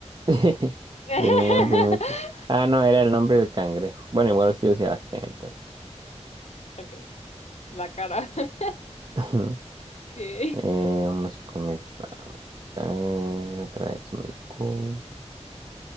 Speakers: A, on the right; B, on the left.
A: <laughs>
B: <laughs>
A: de Nemo, de Mus- Ah, no, era el nombre del cangrejo. Bueno, igual ha sido Sebastián, entonces.
B: Ok, la cara. <laughs>
A: <laughs>
B: Sí.
A: Eh, vamos con esta. A ver, otra vez muy cool.